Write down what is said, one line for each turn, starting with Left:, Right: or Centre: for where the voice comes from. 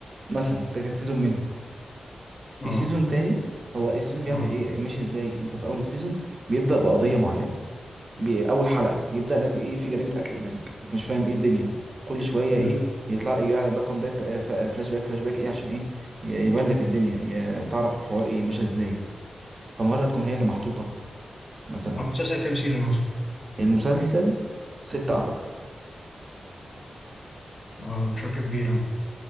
Right: مثلا ده كان سيزون منهم في
Left: اه
Right: سيزون تاني هو السيزون بيعمل
Left: اه
Right: ايه ماشي ازاي انت في اول السيزون بيبدأ بقضية معينة بي- اول حلقة يبدأ لك ايه في جريمة قتل قدامك انت مش فاهم ايه الدنيا كل شوية
Left: مم.
Right: ايه يطلع يجي على باك باك فلاش باك فلاش باك ايه عشان ايه ي- يبان لك الدنيا ي- تعرف الحوار ايه ماشي ازاي فمرة تكون هي اللي محطوطة مثلا
Left: هو مسلسل كام سيزون اصلا
Right: المسلسل ستة اعتقد
Left: اه شكله كبير اه